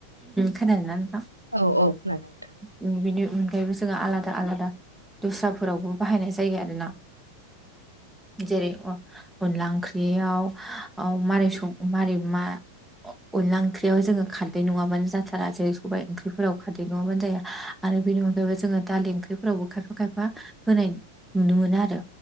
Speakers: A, in the centre; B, on the right.
A: खोनादों ना नोंथां
B: औ औ खोनादों नोंथां
A: उ बिनि अनगायैबो जोंहा आलादा आलादा दस्राफोरावबो बाहायनाय जायो आरोना जेरै अनला ओंख्रियाव मारै सं मारै मा अनला ओंख्रियाव जोङो खारदै नङाबानो जाथारा जेरै सबाय ओंख्रिफोराव खारदै नङाबानो जाया आरो बेनि अनगायैबो जोङो दालि ओंख्रिफोरावबो खायफा खायफा होनाय नुनो मोनो आरो